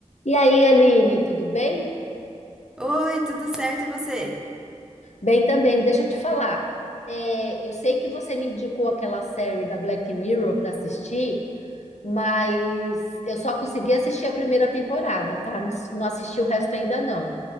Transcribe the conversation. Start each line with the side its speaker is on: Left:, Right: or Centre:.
Left: E aí, Aline, tudo bem?
Centre: Oi, tudo certo e você?
Left: Bem também, deixa eu te falar. É, eu sei que você me indicou aquela série da Black Mirror para assistir, mas eu só consegui assistir a primeira temporada, tá? Não, s- não assisti o resto ainda não.